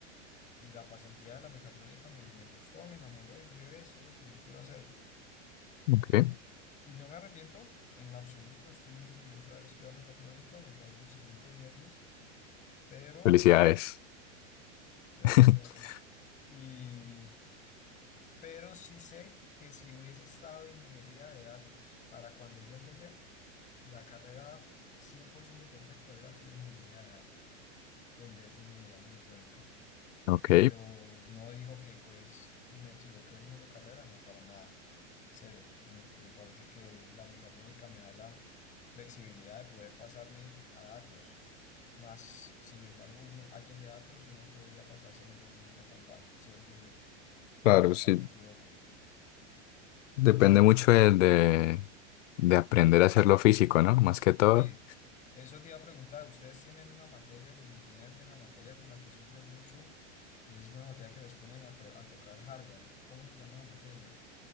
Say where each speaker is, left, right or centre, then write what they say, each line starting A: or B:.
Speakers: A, on the left; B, on the left.
A: Y la pasantía de la mecatrónica me, me gustó, me enamoró y dije, "Ve, esto es lo que yo quiero hacer.
B: ok,
A: Y no me arrepiento en lo absoluto, estoy muy orgulloso de haber estudiado mecatrónica, me gradúo el siguiente viernes, pero,
B: felicidades.
A: gracias
B: <laughs>
A: hombre, y, pero sí sé que si hubiese estado ingeniería de datos para cuando yo empecé, la carrera 100% perfecta hubiera sido ingeniería de datos en vez de ingeniería mecatrónica.
B: Ok,
A: pero no digo que pues me equivoqué eligiendo carrera, no, para nada, cero. Me, me parece que la mecatrónica me da la flexibilidad de poder pasarme a datos, más sin embargo uno, alguien de datos no podría pasarse a mecatrónica tan fácil, siento yo,
B: claro,
A: pero capaz
B: sí,
A: me equivoco.
B: depende mucho de, de, de aprender a hacer lo físico, ¿no? Más que todo.
A: Sí, eso te iba a preguntar, ustedes tienen una materia, los multimedia tienen una materia con la que sufren mucho y es una materia que les ponen a, to- a tocar hardware. ¿Cómo se llama la materia?